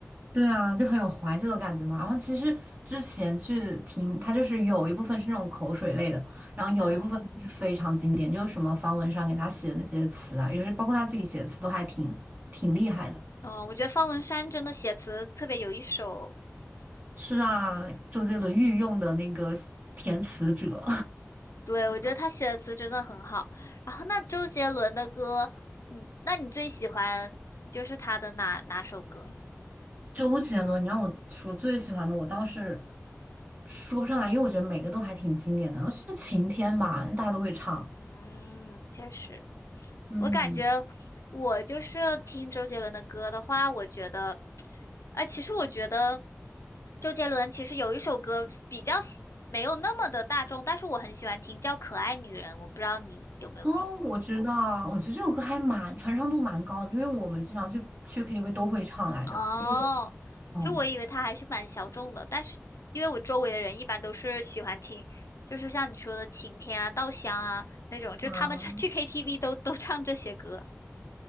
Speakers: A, on the right (about 35°); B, on the left (about 70°).
A: 对啊，就很有怀旧的感觉嘛。然后其实之前去听，它就是有一部分是那种口水类的，然后有一部分就是非常经典，
B: 嗯
A: 就是什么方文山给他写的那些词啊，有时包括他自己写的词都还挺挺厉害的。
B: 哦，我觉得方文山真的写词特别有一手，
A: 是啊，周杰伦御用的那个填词者，
B: 对，我觉得他写的词真的很好。然后那周杰伦的歌，嗯，那你最喜欢就是他的哪哪首歌？
A: <laughs> 周杰伦，你让我说最喜欢的，我倒是
B: 嗯
A: 说不上来，因为我觉得每个都还挺经典的。是晴天吧，大家都会唱。
B: 嗯，确实，
A: 嗯。
B: 我感觉我就是听周杰伦的歌的话，我觉得，哎，其实我觉得周杰伦其实有一首歌比较喜没有那么的大众，但是我很喜欢听，叫《可爱女人》，我不知道你有没有听过。
A: 哦，我知道，我觉得这首歌还蛮传唱度蛮高的，因为我们经常去去 KTV 都会唱来着。
B: 哦，
A: 因为我，
B: 就我以为他还是蛮小众的，
A: 嗯
B: 但是因为我周围的人一般都是喜欢听，就是像你说的晴天啊、稻香啊那种，就他们唱去
A: 嗯，
B: KTV 都都唱这些歌，